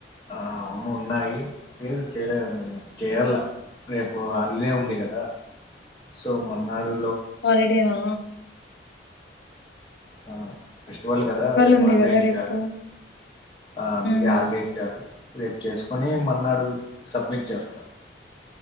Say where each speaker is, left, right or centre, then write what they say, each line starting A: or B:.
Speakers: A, on the left (about 25°); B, on the left (about 65°).
A: ఆ అవును ఉన్నాయి లేదు చెయ్యలే చెయ్యల్ల రేపు హాలిడే ఉంది కదా సో మన్నాడు
B: హాలిడేనా
A: ఆ ఫెస్టివల్ కదా రేపు
B: ఉంది
A: హాలిడే
B: కదా
A: ఇచ్చారు
B: రేపు
A: ఆ అందుకే
B: హ్మ్
A: హాలిడే ఇచ్చారు రేపు చేసుకొని మన్నాడు సబ్మిట్ చేస్తాడు